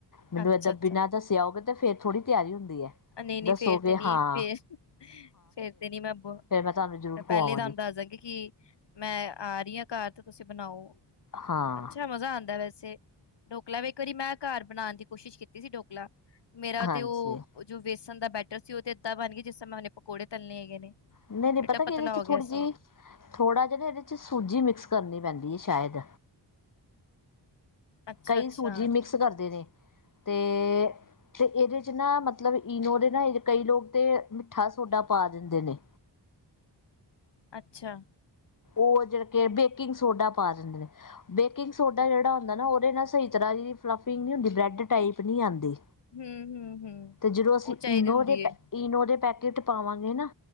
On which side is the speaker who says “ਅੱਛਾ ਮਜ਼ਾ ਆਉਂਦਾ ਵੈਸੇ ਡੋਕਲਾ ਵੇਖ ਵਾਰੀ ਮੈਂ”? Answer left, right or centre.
Left